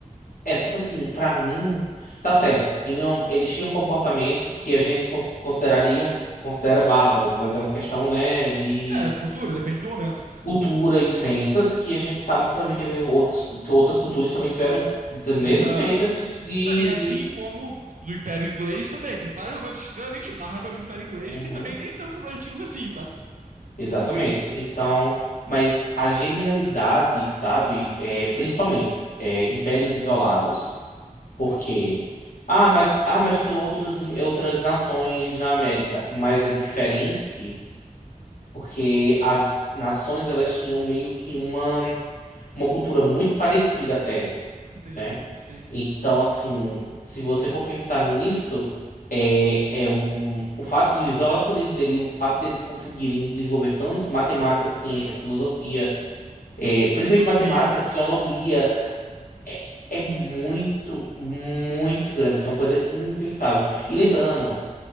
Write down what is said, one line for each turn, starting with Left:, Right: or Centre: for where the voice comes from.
Left: É, tipo assim, pra mim, tá certo. Tinham, eles tinham comportamentos que a gente cons- considerariam, considera bárbaros, mas é uma questão, né, de
Right: É, cultura, depende do momento.
Left: cultura e crenças que a gente sabe que também teve outros, outras culturas que também tiveram do mesmo
Right: Exato.
Left: jeito esse tipo de,
Right: Na- E assim
Left: de...
Right: como do Império Inglês também, tem vários momentos extremamente bárbaros do Império Inglês
Left: Uhum,
Right: que também nem são tão antigos assim, sabe?
Left: exatamente. Então, mas a genialidade, sabe, é, principalmente é, impérios isolados. porque
Right: Sim,
Left: Ah, mas, ah, mas tinha outros, em- outras nações na América. Mas é diferente, porque as nações elas tinham meio que uma, uma cultura muito parecida até,
Right: sim,
Left: né?
Right: sim.
Left: Então, assim, se você for pensar nisso, é, é um, o fato, e o isolacionismo dele, e o fato deles conseguirem desenvolver tanto matemática, ciência, filosofia, é, principalmente
Right: Astronomia.
Left: matemática, astronomia. É, é muito, muito grande. Assim, é uma coisa impensável. E lembrando,